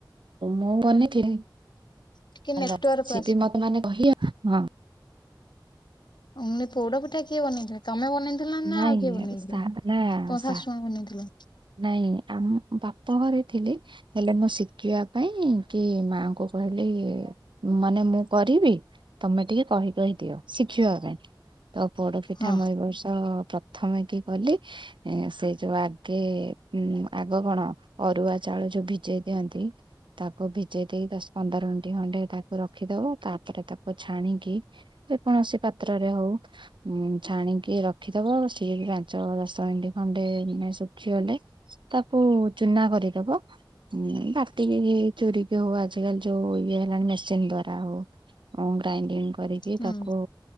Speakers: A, on the right; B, on the left.
A: ମୁଁ ବନେଇଥିଲି। ହ୍ୟାଲୋ
B: ଟିକେ ନେଟୱାର୍କକୁ
A: ସି
B: ଆସ।
A: ବି ମନେ ମାନେ କହିବା ହଁ।
B: ଓ ନିଂ ପୋଡ ପଠା କିଏ ବନେଇଥିବେ ତମେ ବନେଇ। ଥିଲ ନା
A: ନାଇଁ
B: ଆଉ କିଏ ବନେଇଥିଲେ
A: ସା ନା
B: ତ
A: ସା
B: ଶୁଶୁମା ବନେଇଥିଲେ?
A: ନାଇଁ ଆମ ବାପା ଘରେ ଥିଲି। ହେଲେ ମୁଁ ଶିଖିବା ପାଇଁ କି ମାଆଙ୍କୁ କହିଲି। ମାନେ ମୁଁ କରିବି ତମେ ଟିକେ କହି କହିଦିଅ ଶିଖିବା ପାଇଁ। ତ ପୋଡପିଠା
B: ହଁ
A: ମୁଁ ଏ ବର୍ଷ ପ୍ରଥମେ କି କଲି। ସେ ଯୋଉ ଆଗେ ଉ ଆଗ କଣ ଅରୁଆ ଚାଉଳ ଯୋଉ ଭିଜେଇ ଦିଅନ୍ତି। ତାକୁ ଭିଜେଇ ଦେଇ ଦଶ ପନ୍ଦର ମିନିଟ ଖଣ୍ଡେ ତାକୁ ରଖିଦବ ତାପରେ ତାକୁ ଛାଣିକି। ଯେ କୌଣସି ପାତ୍ରରେ ହଉ ଉଁ ଛାଣିକି ର ଖିଦେବ ସିଏ ପାଞ୍ଚ ଦଶ ମିନିଟି ଖଣ୍ଡେ ଇନେ ଶୁଖିଗଲେ। ତାକୁ ଚୁନା କରିଦବ। ହୁଁ ବାଟିକି ଚୋରିିକ ହଉ ଆଜିକାଲି ଯୋଉ ଇଏ ହେଲାଣି ମେସିନ୍ ଦ୍ଵାରା ହଉ। ଗ୍ରାଇଣ୍ଡିଙ୍ଗ କରିକି
B: ହୁଁ
A: ତାକୁ